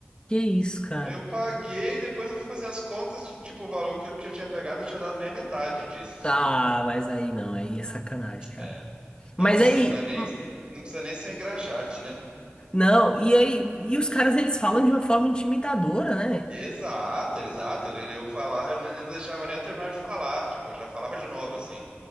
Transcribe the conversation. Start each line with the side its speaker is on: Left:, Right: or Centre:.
Left: Que isso, cara?
Right: Aí Eu paguei, depois eu fui fazer as contas, tipo, o valor que eu, que eu tinha pegado, eu tinha dado nem a metade disso, assim.
Left: Ah, mas aí não, aí é sacanagem, cara.
Right: É. Então,
Left: Mas
Right: assim,
Left: aí,
Right: não é nem, não precisa nem ser engraxate, né?
Left: não, e aí, e os caras eles falam de uma forma intimidadora, né?
Right: Exato, exato. Ele, eu falar, eu, n- eu não deixava nem eu terminar de falar, tipo, eu já falava de novo assim.